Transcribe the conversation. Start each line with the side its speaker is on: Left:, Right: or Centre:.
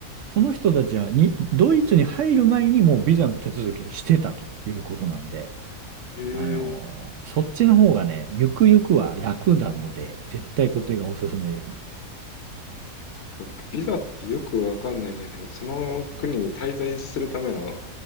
Right: その人たちはに、ドイツに入る前にもうビザの手続きをしてたということなんで、
Left: えー、
Right: あのーそっちの方がね、ゆくゆくは楽なので、絶対こっちがおすすめですね。
Left: 僕、ビザってよくわかんないんだけど、その国に滞在するための